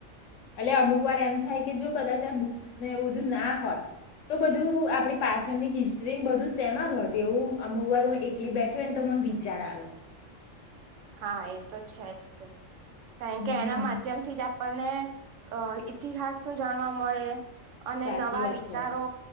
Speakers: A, on the left; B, on the right.
A: અલ્યા અમુક વાર એમ થાય કે જો કદાચ આ બુક્સ ને બધું ના હોત તો બધું આપડી પાછળની હિસ્ટ્રી બધું સેમાં હોત એવું અમુક વાર હું એકલી બેઠીં હોય ને તો વિચાર આવે
B: હા, એ તો છે જ તે કારણ
A: હમ
B: કે એના માધ્યમ થી જ આપણને અ ઇતિહાસ નું જાણવા મળે અને
A: સાચી
B: નવા
A: વાત
B: વિચારો
A: છે